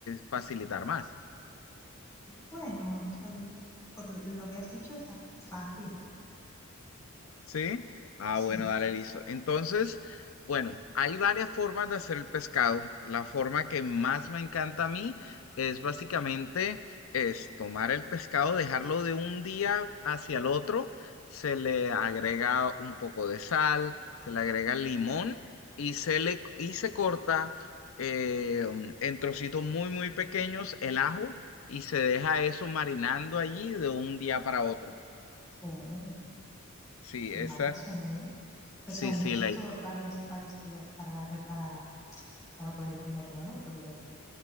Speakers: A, on the left; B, on the left.
A: facilitar más.
B: bueno, t- mm, por lo lo que has dicho está fácil,
A: ¿Sí? Ah,
B: sí.
A: bueno, dale, listo. Entonces, bueno, hay varias formas de hacer el pescado. La forma que más me encanta a mí es básicamente es tomar el pescado, dejarlo de un día hacia el otro, se le agrega un poco de sal, se le agrega limón y se le y se corta eh, en trocitos muy, muy pequeños el ajo y se deja eso marinando allí de un día para otro.
B: Oh.
A: Sí,
B: Vale,
A: esa,
B: suena bien. O
A: sí,
B: sea, necesito
A: sí, la
B: varios, varios días para, la- para, para poder comerlo, ¿no? Porque